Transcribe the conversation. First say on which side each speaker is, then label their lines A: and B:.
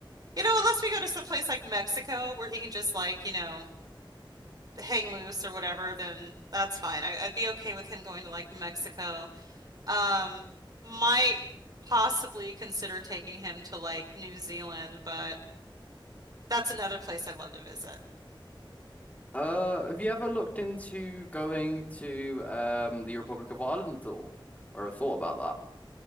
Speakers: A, on the right; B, on the left.
A: You know, unless we go to some place like Mexico where he can just like, you know, hang loose or whatever, then that's fine. I, I'd be okay with him going to like Mexico. Um, might possibly consider taking him to like New Zealand, but that's another place I'd love to visit.
B: Uh, have you ever looked into going to um the Republic of Ireland at all? Or ever thought about that?